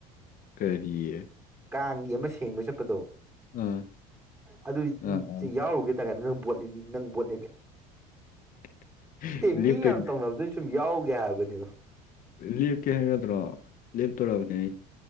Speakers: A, on the left (about 50°); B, on the right (about 15°).
A: ꯀꯔꯤꯌꯦ
B: ꯀꯥꯡꯒꯤ ꯑꯃ ꯁꯦꯡꯕ ꯆꯠꯄꯗꯣ
A: ꯑꯥ
B: ꯑꯗꯨ
A: ꯑꯥ
B: ꯌꯥꯎꯔꯨꯒꯦ ꯇꯥꯅ ꯅꯪ ꯣ ꯅꯪ ꯣꯠ
A: <inaudible>
B: ꯃꯤ
A: ꯂꯦꯞꯇꯣꯏ
B: ꯌꯥꯝ ꯇꯧꯅꯕꯗꯨ ꯁꯨꯝ ꯌꯥꯎꯒꯦ ꯍꯥꯏꯕꯅꯦꯕ
A: ꯂꯦꯞꯀꯦ ꯍꯥꯏꯒꯗ꯭ꯔꯣ ꯂꯦꯞꯇꯣꯔꯛꯑꯕꯅꯦ ꯑꯩ